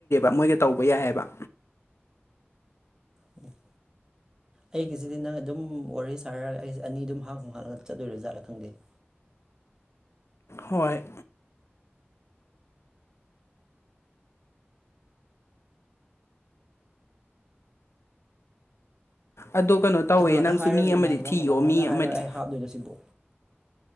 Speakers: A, on the left; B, on the right.
A: ꯃꯣꯏ ꯇꯧꯕ ꯌꯥꯏꯕ
B: <unintelligible> ꯑꯩꯒꯤꯁꯤꯗꯤ ꯅꯪ ꯑꯗꯨꯝ ꯋꯥꯔꯤ ꯁꯥꯔꯒ ꯑꯩꯁꯦ ꯑꯅꯤ ꯑꯗꯨꯝ ꯍꯥꯡ ꯍꯥꯡꯂꯒ ꯆꯠꯗꯣꯏꯔꯦꯖꯥꯠꯂ ꯈꯪꯗꯦ <inaudible>
A: ꯍꯣꯏ ꯑꯗꯣ ꯀꯩꯅꯣ ꯇꯧꯋꯦ
B: ꯀꯅꯥꯗ
A: ꯅꯪꯁꯨ
B: ꯍꯥꯏꯔꯒ
A: ꯃꯤ
B: ꯏꯃꯥꯟꯅꯕ
A: ꯑꯃꯗꯤ ꯊꯤꯌꯣ
B: ꯑꯃ ꯀꯅꯥꯉꯣꯟꯗ
A: ꯃꯤ
B: ꯍꯥꯏꯔꯒ
A: ꯑꯃꯗꯤ
B: ꯑꯩ ꯍꯥꯞꯇꯣꯏꯅꯣ ꯁꯤꯕꯨ